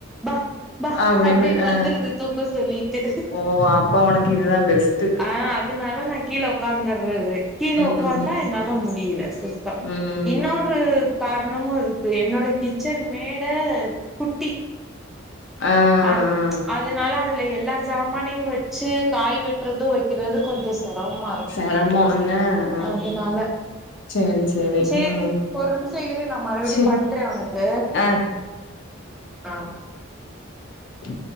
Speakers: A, in the centre; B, on the left (about 60°).
A: பா பா
B: அப்டின்னு
A: அப்டின்
B: அ
A: வந்துருது தூக்க சொல்லிட்டு.
B: ஓ அப்ப உனக்கு இதுதா பெஸ்ட்டு
A: அ அதனால நா கீழ உ க்காந்தறற்தே கீழ
B: ம்
A: உக்காந்தா
B: ம்
A: என்னால மு டியல. சூப்பர்
B: ம்
A: இன்னொரு கார இன்னுமு இருக்கு என்னோட கிச்சன் மேட குட்டி
B: ஆ ஆ ஆ
A: அ <unintelligible> ம்ச் அதனால அது ல எல்லா சாமானையு வெச்சு காய் வெட்றது வெக்கிறது கொஞ்சோ செரமமா இருக்கு.
B: செரமோ என்ன ஆ
A: அதனால
B: சேரி
A: சேரி
B: ம்
A: ஒரு நிமிஷ இரு நா மறுபடி
B: சே
A: பண்றே உனக்கு
B: ஆ
A: ஆஹ்
B: ட்டு.